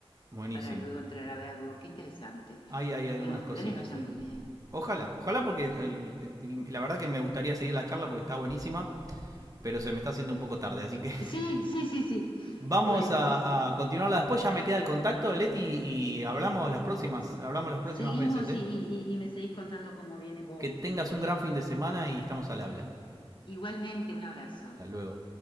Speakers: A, on the right (about 35°); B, on the left (about 55°).
A: Buenísimo.
B: para luego entrar a verlo. Qué interesante.
A: Ahí hay algunas
B: Bueno, ojalá
A: cositas
B: les vaya
A: ahí.
B: muy bien.
A: Ojalá, ojalá porque el- el- el- la verdad que me gustaría seguir la charla porque está buenísima, pero se me está haciendo un poco tarde, así que <laughs>
B: Sí, sí, sí, sí.
A: vamos
B: Bueno,
A: a, a continuarla después. Ya me queda el contacto de Leti y hablamos las próximas,
B: s-
A: hablamos las próximas
B: seguimos
A: veces, ¿eh?
B: y, y- y me seguís contando cómo viene Bow.
A: Que tengas un gran fin de semana y estamos al habla.
B: Igualmente, un abrazo.
A: Hasta luego.